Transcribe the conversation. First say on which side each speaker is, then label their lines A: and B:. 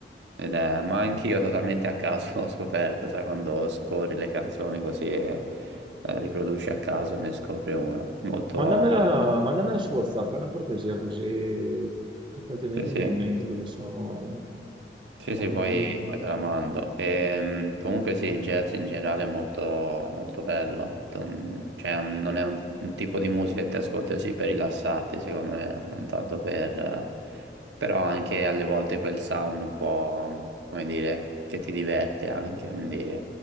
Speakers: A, on the right (about 80°); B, on the right (about 25°).
A: ed è- ma anch'io totalmente a caso <laughs> l'ho scoperto, sai, quando scorri le canzoni così e eh, riproduci a caso e ne scopri una. Molto,
B: Mandamela,
A: molto-
B: mandamela su WhatsApp, fai una cortesia così, perché altrimenti
A: sì, sì.
B: mi dimentico che sono...
A: Sì,
B: non
A: sì,
B: mi-
A: poi, poi te la mando. Ehm, comunque sì, jazz in generale è molto, molto bello, molto- mm, cioè un- non è un, un tipo di musica che ti ascolti così per rilassarti, secondo me, non tanto per... eh, però anche alle volte quel sound un po', come dire, che ti diverte anche, quindi,